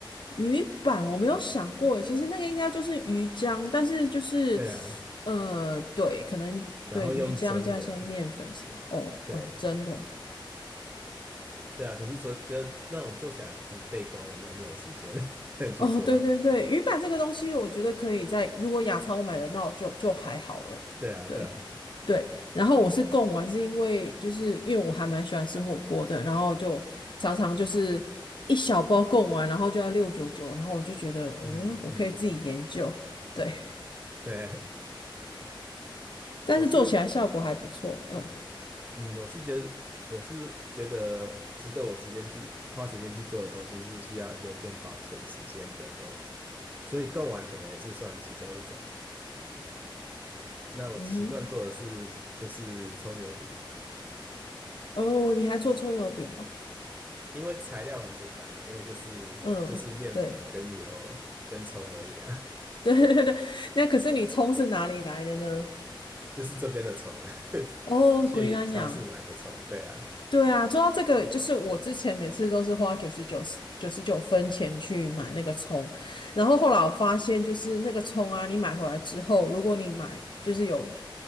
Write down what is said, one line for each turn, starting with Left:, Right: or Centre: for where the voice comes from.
Left: 鱼板我没有想过诶其实那个应该就是鱼浆，但是就是
Right: 对啊，
Left: 呃，对，可能对鱼浆加一些面粉什么。
Right: 然后用蒸的，
Left: 哦哦，
Right: 对
Left: 真的。
Right: 对啊，可是做得那种做起来很费工，我没有那种时间 <laughs> 去做。
Left: 哦，对对对，鱼板这个东西，我觉得可以在如果亚超买的，那就就还好了。
Right: 对啊，
Left: 对
Right: 对啊，
Left: 对，然后我是供完，是因为就是因为我还蛮喜欢吃火锅的，然后就常常就是一小包供完，然后就要六九九，然后我就觉得，呃，
Right: 嗯嗯，
Left: 我可以自己研究，对，
Right: 对，
Left: 但是做起来效果还不错，
Right: 我是
Left: 嗯
Right: 嗯，我是觉得我是觉得值得我时间去花时间去做的东西是需要有点保存时间的都，所以贡丸可能也是算其中一种。那我习惯做的是就是葱油饼，
Left: 嗯哼，哦，你还做葱油饼哦，
Right: 因为材料很简单啊，因为就是就是面粉跟油跟葱而已啊。
Left: 嗯，对。<laughs> 对对对，那可是你葱是哪里来的呢？
Right: 就是这边的虫，<laughs>
Left: 哦，
Right: 去超市买的虫，
Left: 鬼南洋。
Right: 对啊，
Left: 对啊，说到这个，就是我之前每次都是花九十九九十九分钱去买那个葱，然后后来我发现，就是那个葱啊，你买回来之后，如果你买就是有